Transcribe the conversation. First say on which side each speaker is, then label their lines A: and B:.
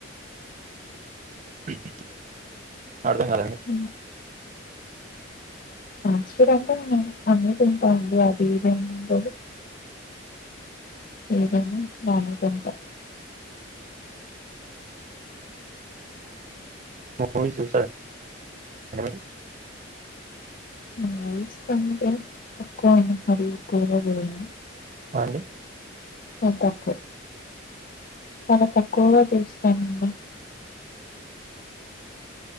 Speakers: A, on the right; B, on the left.
A: హ్ హ్మ్ ఆడుదాం కదాండి.
B: ఉమ్ ఫాస్టుఫుడ్ అంటే అన్నీ తింటామండీ అది ఇది ఏం ఉండవు. ఇవ్వన్ని మానుకుంటా.
A: మూవీస్ చూస్తారా అండి మీరు
B: మూవీస్ అంటే తక్కువనే మరి ఎక్కువగా చూడను
A: అండి
B: చాల్ తక్కువ చాలా తక్కువగా చూస్తానండి